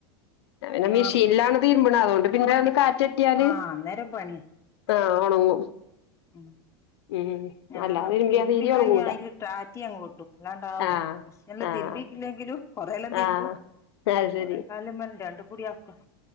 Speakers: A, on the left; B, on the left.
A: ഞാൻ പിന്നെ മിഷീന്ലാണ്
B: മാറും
A: തീരുമ്പ്ണ അവോണ്ട് പിന്നെ ഒന്ന് കാറ്റട്ടിയാല്
B: ആഹ് അന്നേരം പണിയാ
A: ആഹ് ഒണങ്ങും
B: ഉം
A: ഉം
B: ഞാൻ
A: അല്ലാതെ തിരുമ്പിയാ
B: തിരുമ്പിക്കഴിഞ്ഞാ
A: തീരെ ഒണങ്ങൂല
B: അയില്ട്ടാറ്റി <unintelligible> അല്ലാണ്ടാവൂല്ല
A: ആഹ്
B: മിഷല്
A: ആഹ്
B: തിരുമ്പി ഇല്ലെങ്കിലും കൊറേയല്ലാം തിരുമ്പും
A: ആഹ് അത് ശരി
B: കൊറെ കാലം <unintelligible> രണ്ട്ക്കൂടി ആക്കും